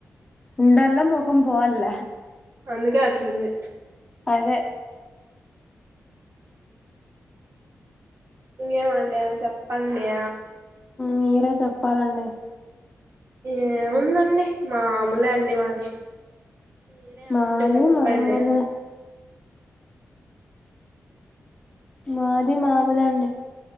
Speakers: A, on the left (about 20°); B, on the right (about 55°).
A: ఉదళ్ళ మోఖం పోవాళ్ళ
B: అందుకే అట్లుంది
A: అదే
B: ఇంకేమండే చెప్పండే
A: మీరే చెప్తారండే
B: ఏముందండి మాముూలే అండి మాది మీరే ఏమైనా
A: మాది
B: ఉంటే చెప్పండే
A: మామూలే మాది మామూలే అండి